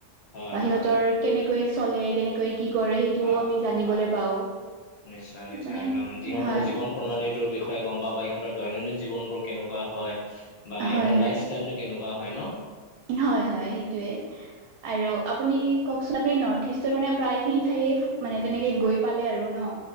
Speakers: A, on the left (about 60°); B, on the right (about 80°).
A: হয়,
B: বা সিহতৰ
A: হয়,
B: কেনেকৈ চলে কেনে কৈ কি কৰে সেইটোও
A: হয়,
B: আমি জানিবলৈ
A: হয়,
B: পাওঁ
A: নিশ্চয়, নিশ্চয়
B: মানে
A: একদম যিহঁতৰ
B: হয়
A: জীৱন প্ৰণালীটোৰ বিষয়ে গম পাবা, ইহঁতৰ দৈনন্দিন জীৱনবোৰ কেনেকুৱা হয় বা
B: হয়
A: ইহঁতৰ
B: হয়
A: লাইফ চালটো কেনেকুৱা হয় ন?
B: হয়, হয় সেইটোৱে আৰু আপুনি কওঁকচোন আপুনি নৰ্থ ইষ্টৰ মানে প্ৰায়খিনি ঠাইয়ে মানে তেনেকে গৈ পালে আৰু ন?